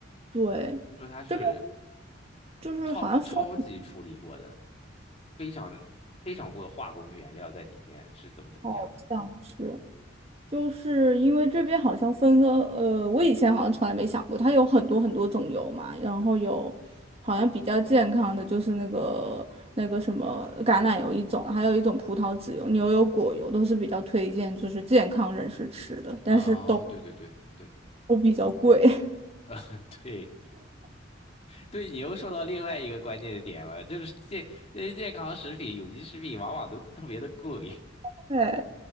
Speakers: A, on the right; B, on the left.
A: 对，
B: 说它是
A: 这边就是好像风
B: 超超级处理过的，非常非常过的化工原料在里面是怎么怎么样。
A: 好像是。就是因为这边好像分的，呃，我以前好像从来没想过，它有很多很多种油嘛，然后有好像比较健康的就是那个那个什么橄榄油一种，还有一种葡萄籽油、牛油果油都是比较推荐，就是健康人士吃的，但是都
B: 哦，对对对对，
A: 都比较贵。
B: <laughs> 呃，对对，你又说到另外一个关键的点了，就是健那些健康食品、有机食品往往都特别的贵
A: <laughs> 对，